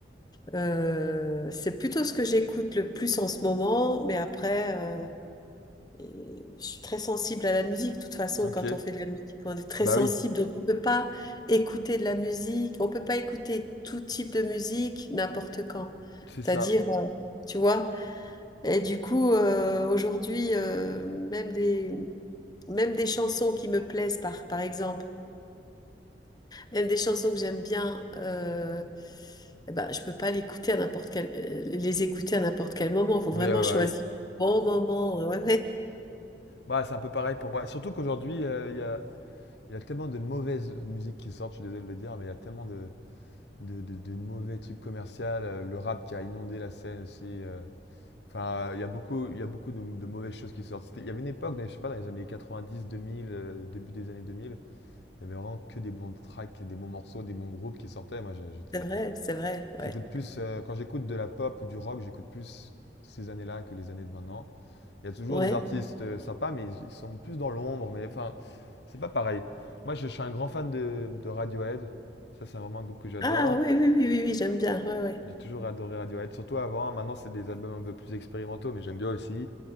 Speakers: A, on the left; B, on the left.
A: euh, c'est plutôt ce que j'écoute le plus en ce moment, mais après. euh, et je suis très sensible à la musique. De toute façon,
B: ok,
A: quand on fait de la musique, on est très
B: Bah
A: sensible.
B: oui.
A: Donc, on peut pas écouter de la musique. On peut pas écouter tout type de musique n'importe quand.
B: c'est
A: C'est-à-dire,
B: ça.
A: euh, tu vois. Et du coup, euh, aujourd'hui, euh, même des, même des chansons qui me plaisent, par, par exemple, même des chansons que j'aime bien, euh, eh ben, je peux pas l'écouter à n'importe quel, euh, les écouter à n'importe quel moment. Il faut
B: Oui,
A: vraiment
B: ouais,
A: choisir
B: bah oui.
A: le bon moment. <laughs>
B: Bah, c'est un peu pareil pour moi, surtout qu'aujourd'hui, euh, il y a, il y a tellement de mauvaises musiques qui sortent, je suis désolé de le dire, mais il y a tellement de, de, de- de mauvais trucs commerciaux, euh, le rap qui a inondé la scène aussi. euh, Enfin, il y a beaucoup, il y a beaucoup de, de mauvaises choses qui sortent. C'était- Il y avait une époque, dans- je sais pas, dans les années 90, 2000, euh, début des années 2000, il y avait vraiment que des bons tracks, des bons morceaux, des bons groupes qui sortaient. Moi, j'ai- j'étais,
A: Ouais, ouais. C'est vrai, c'est vrai,
B: j'écoute
A: ouais.
B: plus, euh, quand j'écoute de la pop ou du rock, j'écoute plus ces années-là que les années de maintenant. Il y a toujours
A: Ouais.
B: des artistes euh, sympas, mais ils ils sont plus dans l'ombre. Mais enfin, c'est pas pareil. Moi, je, je suis un grand fan de, de Radiohead. Ça, c'est vraiment un groupe que j'adore.
A: Ah oui, oui, oui, oui, oui, j'aime bien. Ouais, ouais.
B: J'ai toujours adoré Radiohead, surtout avant. Maintenant, c'est des albums un peu plus expérimentaux, mais j'aime bien aussi.